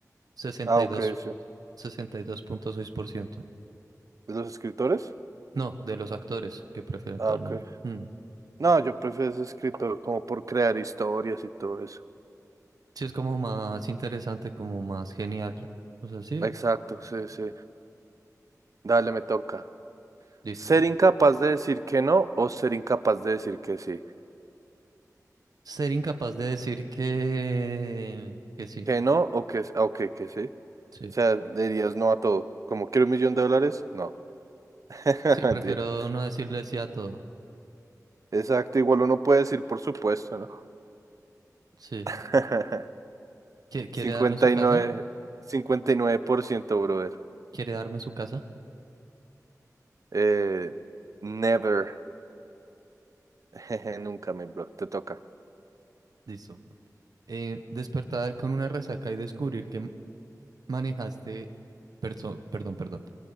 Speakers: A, on the right (about 75°); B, on the right (about 60°).
A: Sesenta
B: Ah,
A: sesenta y
B: ok,
A: y dos,
B: sí.
A: sesenta y dos punto seis por ciento.
B: ¿De los escritores?
A: No, de los actores que prefieren
B: Ah,
A: todo
B: ok.
A: el mundo. Mm.
B: No, yo prefiero ese escritor como por crear historias y todo eso.
A: Sí, es como más interesante, como más genial. O sea, sí,
B: Exacto, sí, sí. Dale, me toca.
A: listo.
B: Ser incapaz de decir que no o ser incapaz de decir que sí.
A: Ser incapaz de decir que, que sí.
B: Que no o que, ah, ok, que sí. O
A: Sí.
B: sea, le dirías no a todo. Como quiero un millón de dólares, no. <laughs>
A: Sí,
B: Mentira.
A: prefiero no decirle sí a todo.
B: Exacto, igual uno puede decir por supuesto, ¿no?
A: Sí.
B: <laughs>
A: ¿Qui- ¿Quiere
B: cincuenta
A: darme su
B: cincuenta
A: casa?
B: y y nueve cincuenta y nueve por ciento brother.
A: ¿Quiere darme su casa?
B: Eh, never. <laughs> Jeje, nunca me blog, te toca.
A: Listo. Eh, despertar con una resaca y descubrir que m- manejaste... perso- perdón, perdón.